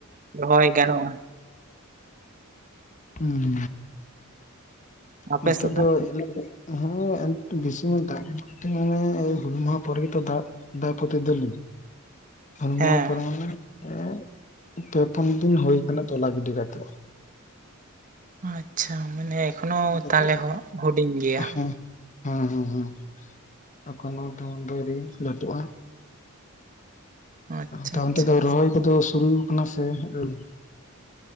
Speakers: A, on the right; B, on the left.
A: ᱨᱚᱦᱚᱭ ᱜᱟᱱᱚᱜᱼᱟ
B: ᱦᱩᱸᱢ,
A: ᱟᱯᱮ
B: ᱱᱚᱛᱮ
A: ᱥᱮᱫ
B: ᱫᱚ ᱦᱮᱸ ᱮᱱᱛᱮ ᱵᱤᱥᱤ ᱫᱟᱜ ᱵᱚᱞᱛᱮ ᱢᱟᱱᱮ ᱦᱩᱞ ᱢᱟᱦᱟ ᱯᱚᱨᱮ ᱜᱮ ᱛᱚ ᱫᱟᱜ ᱮᱫᱟᱭ ᱯᱚᱛᱤ ᱫᱤᱱ ᱦᱚᱞ
A: ᱦᱮᱸ
B: ᱢᱟᱦᱟ ᱯᱚᱨᱮ <unintelligible> ᱯᱮ ᱯᱩᱱ ᱫᱤᱱ ᱦᱩᱭ ᱟᱠᱟᱱᱟ ᱛᱚᱞᱟ ᱜᱤᱰᱤ ᱠᱟᱛᱮᱫ
A: ᱟᱪᱪᱷᱟ ᱢᱟᱱᱮ ᱮᱠᱷᱚᱱᱚ
B: ᱟᱫᱚ
A: ᱛᱟᱦᱚᱞᱮ ᱦᱚᱸ ᱦᱩᱰᱤᱧ ᱜᱮᱭᱟ᱾
B: ᱦᱮᱸ ᱦᱮᱸ ᱦᱮᱸ ᱦᱮᱸ ᱮᱠᱷᱚᱱᱳ ᱛᱮᱢᱚᱱ ᱫᱚ ᱟᱹᱣᱨᱤ ᱞᱟᱹᱴᱩᱜᱼᱟ᱾
A: ᱟᱪᱪᱷᱟ
B: ᱛᱚ
A: ᱟᱪᱪᱷᱟ
B: ᱚᱱᱛᱮ ᱫᱚ ᱨᱚᱦᱚᱭ ᱠᱚᱫᱚ ᱥᱩᱨᱩ ᱠᱟᱱᱟ ᱥᱮ <unintelligible>